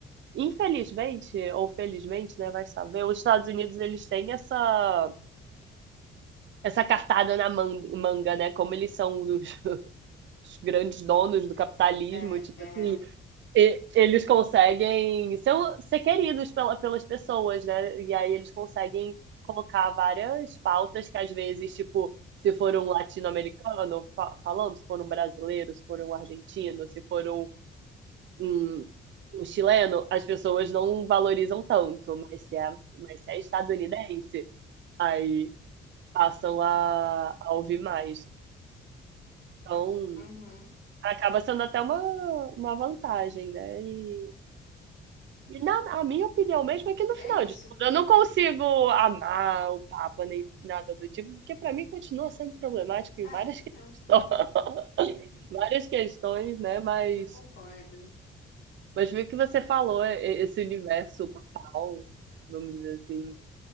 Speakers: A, on the right; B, on the left.
A: infelizmente ou felizmente, né, vai saber, os Estados Unidos eles têm essa essa cartada na man- manga, né? Como eles são os os grandes donos do capitalismo,
B: É,
A: tipo
B: é,
A: assim, e- eles conseguem ser, um, ser queridos pela, pelas pessoas, né? E aí eles conseguem colocar várias pautas que às vezes, tipo, se for um latino-americano fa- falando, se for um brasileiro, se for um argentino, se for um, um, um chileno, as pessoas não valorizam tanto, mas se é, mas se é estadunidense, aí passam a, a ouvir mais. Então,
B: uhum.
A: acaba sendo até uma, uma vantagem, né? E E na, a minha opinião mesmo é que no final
B: É isso.
A: de tudo, eu não consigo amar o Papa nem nada do tipo, porque para mim continua sendo problemático em
B: Ah,
A: várias
B: eu também
A: <laughs> questões,
B: não.
A: várias questões, né? Mas,
B: Eu concordo.
A: mas o que você falou, e- e- esse universo papal, vamos dizer assim.